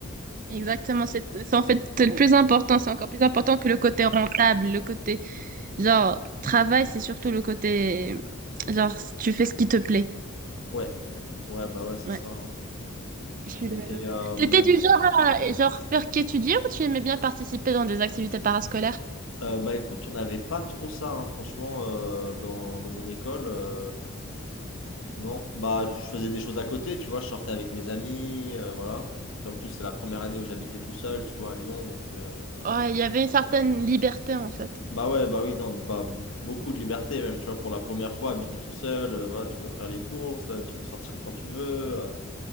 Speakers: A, on the right (about 40°); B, on the left (about 70°).
A: Exactement. C'est, c'est en fait, c'est le plus important. C'est encore plus important que le côté rentable, le côté, genre, travail, c'est surtout le côté, genre, tu fais ce qui te plaît.
B: Ouais, ouais, bah ouais, c'est
A: Ouais.
B: ça. hein.
A: Je suis
B: Et,
A: d'accord.
B: et, euh,
A: T'étais du genre à genre faire qu'étudier ou tu aimais bien participer dans des activités parascolaires?
B: euh, bah écoute, on n'avait pas trop ça, hein, franchement, euh, dans, dans mon école. euh, non, bah je faisais des choses à côté, tu vois, je sortais avec mes amis, euh, voilà. Puis en plus, c'est la première année où j'habitais tout seul, tu vois, à Lyon, donc... euh,
A: Ouais, il y avait une certaine liberté en fait.
B: Bah ouais, bah oui, non, bah b- beaucoup de liberté même, tu vois, pour la première fois, habiter tout seul, euh, voilà, tu dois faire les courses, euh, tu peux sortir quand tu veux. euh,